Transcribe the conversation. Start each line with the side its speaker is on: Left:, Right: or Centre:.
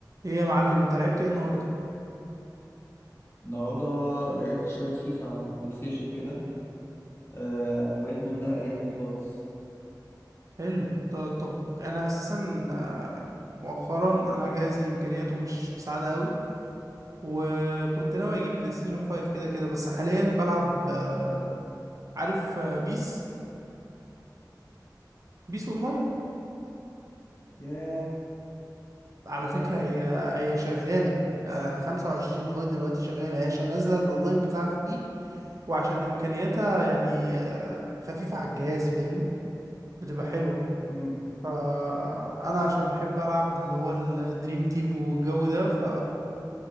Right: ايه يا معلم انت لعبت ايه النهارده
Left: النهارده لعبت شوية فيفا على البلاي ستيشن كده آه بقيت مدمنها الأيام دي خالص
Right: حلو ط- طب انا اساسا آه، مؤخرا انا جهازي امكانياته مش مساعده قوي وكنت ناوي اجيب بلاي ستيشن 5 كده كده بس حاليا بلعب آه، عارف آه، بيس بيس اونلاين
Left: ياه
Right: على
Left: اه
Right: فكره هي هي شغاله آه، 25 لغايه دلوقتي شغاله هي عشان نازله الاونلاين بتاعها فري وعشان امكانياتها يعني آه، خفيفه على الجهاز فاهمني بتبقى حلوه
Left: امم
Right: فانا عشان بحب العب اللي هو الدريم تيم والجو ده ف